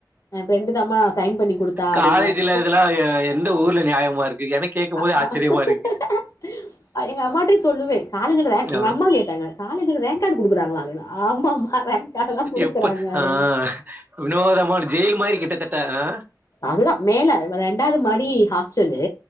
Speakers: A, on the left (about 50°); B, on the right (about 25°).
A: ய பிரண்டு தாமா சைன் பண்ணி கொடுத்தா அப்படி
B: காலேஜ்ல
A: என்பேன்
B: இதெல்லாம் எ எந்த ஊர்ல நியாயமா இருக்கு? எனக்கு கேட்கும்போதே
A: ஆ ஆ
B: ஆச்சரியமா
A: <unintelligible>
B: இருக்கு.
A: எங்க அம்மா கிட்ட சொல்லுவே காலேஜ்ல ரேங்க் எங்க
B: ஆ.
A: அம்மா கேட்டாங்க காலேஜ்ல ரேங்க் கார்டு கொடுக்குறாங்கள அததான் ஆமாமா ரேங்காடெல்லாம் குடுக்குறாங்க
B: எப்ப
A: அட
B: ஆ வினோதமான ஜெயில் மாரி கிட்டத்தட்ட. ஆ.
A: அதுதான் மேல ரெண்டாவது மாடி ஹாஸ்டலு